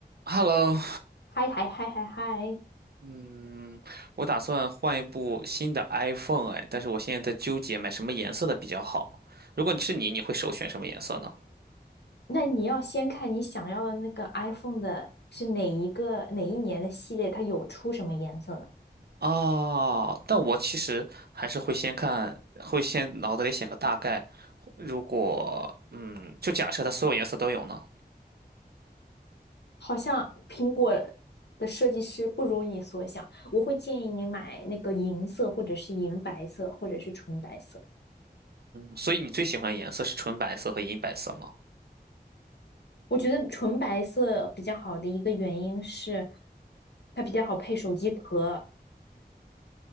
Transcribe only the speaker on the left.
嗨嗨嗨嗨嗨，
那你要先看你想要的那个 iPhone 的是哪一个哪一年的系列，它有出什么颜色呢？
好像苹果的设计师不如你所想，我会建议你买那个银色，或者是银白色，或者是纯白色。
我觉得纯白色比较好的一个原因是，它比较好配手机壳，